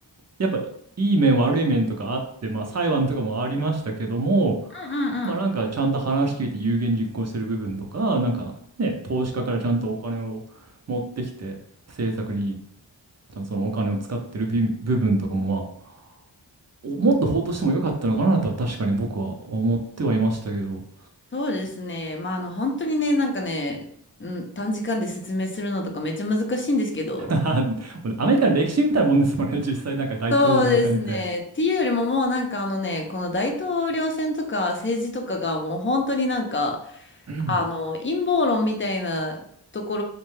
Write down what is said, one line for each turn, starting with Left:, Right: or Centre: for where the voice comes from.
Right: やっぱいい面悪い面とかあって、まあ裁判とかもありましたけども、
Left: うんうんうん
Right: まあなんかちゃんと話聞いて有言実行してる部分とか、なんかね、投資家からちゃんとお金を持ってきて政策にちゃんとそのお金を使ってるび部分とかもまあ、おもっと報道してもよかったのかなとは確かに僕は思ってはいましたけど、
Left: そうですね。まあ、あの、本当にね、なんかね、うん、短時間で説明するのとかめっちゃ難しいんですけど、
Right: <laughs> アメリカの歴史みたいなもんですもんね、実際なんか大統領選って。
Left: そうですね。っていうよりももうなんかあのね、この大統領選とか政治とかがもう本当になんか、
Right: <laughs> うん
Left: あの、陰謀論みたいなとこ